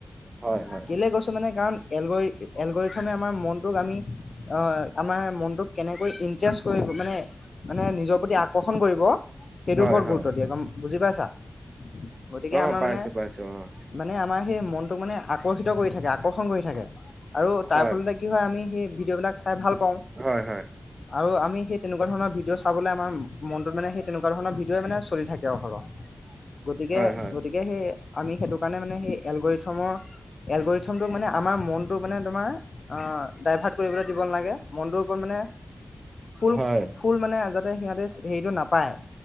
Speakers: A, on the right; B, on the left.
A: হয় হয়
B: কেলে গৈছো মানে কাৰণ এলগৰি এলগৰিথমে, আমাৰ মনটোক আমি, আমাৰ মনটোক কেনেকৈ ইণ্ট্ৰেষ্ট কৰিব মানে, মানে নিজৰ প্ৰতি আগ আকৰ্ষণ কৰিব, সেইটোৰ
A: হয়
B: ওপৰত
A: হয়
B: গুৰুত্ব দিয়ে একদম বুজি পাইছা। গতিকে
A: অ,
B: আমাৰ
A: পাইছো,
B: মানে
A: পাইছো অ।
B: মানে আমাৰ সেই মনটোক মানে আকৰ্ষিত কৰি থাকে, আকৰ্ষণ কৰি থাকে, আৰু তাৰ
A: হয়
B: ফলতে কি হয়, আমি সেই ভিডিঅ'বিলাক চাই ভাল পাওঁ,
A: হয় হয়
B: আৰু আমি সেই তেনেকুৱা ধৰণৰ ভিডিঅ' চাবলৈ আমাৰ মনটো মানে, সই, তেনেকুৱ ধৰণ ভিঅই মানে চলি থাকে। <unintelligible> সৰহ গতিকে,
A: হয় হয়
B: গতিকে সেই আমি সেইটো কাৰণে মানে সেই এলগৰিথমৰ এলগৰিথমোক মানে আমাৰ মনটো মানে তোমাৰ অ, ডাইভাৰ্ট কৰিবলৈ দিব নালাগে, মনটোৰ ওপৰত মানে ফুল,
A: হয়
B: ফুল মানে আগতে সিহঁতে হেৰিটো নাপায়,